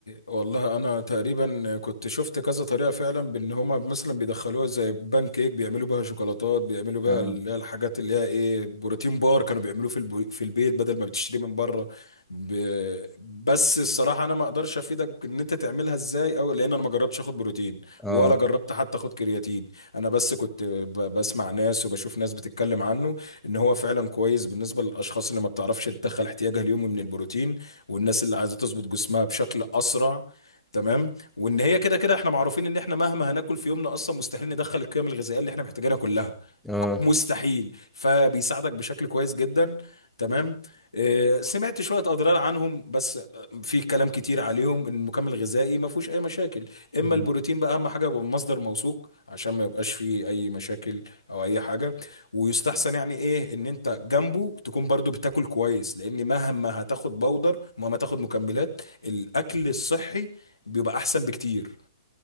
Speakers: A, on the left; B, in the centre.
A: والله انا تقريبا كنت شفت كذا طريقه فعلا بان هما مثلا بيدخلوها زي بان كيك بيعملوا بها شوكولاتات بيعملوا بها
B: اه
A: اللي هي الحاجات اللي هي ايه بروتين بار كانوا بيعملوه في البو- في البيت بدل ما بتشتري من بره ب... بس الصراحه انا ما اقدرش افيدك ان انت تعملها ازاي او لان انا ما جربتش اخد بروتين
B: اه
A: ولا جربت حتى اخد كرياتين انا بس كنت ب... بسمع ناس وبشوف ناس بتتكلم عنه ان هو فعلا كويس بالنسبه للاشخاص اللي ما بتعرفش تدخل احتياجها اليومي من البروتين والناس اللي عايزه تظبط جسمها بشكل اسرع تمام وان هي كده كده احنا معروفين ان احنا مهما هناكل في يومنا اصلا مستحيل ندخل القيم الغذائيه اللي احنا محتاجينها كلها
B: اه
A: مستحيل فبيساعدك بشكل كويس جدا تمام آه، سمعت شوية أضرار عنهم بس في كلام كتير عليهم إن المكمل الغذائي ما فيهوش أي مشاكل إما
B: مم.
A: البروتين بقى أهم حاجة يبقى من مصدر موثوق عشان ما يبقاش فيه أي مشاكل أو أي حاجة ويستحسن يعني ايه ان انت جنبه تكون برضو بتاكل كويس لان مهما هتاخد بودر ومهما تاخد مكملات الاكل الصحي بيبقى احسن بكتير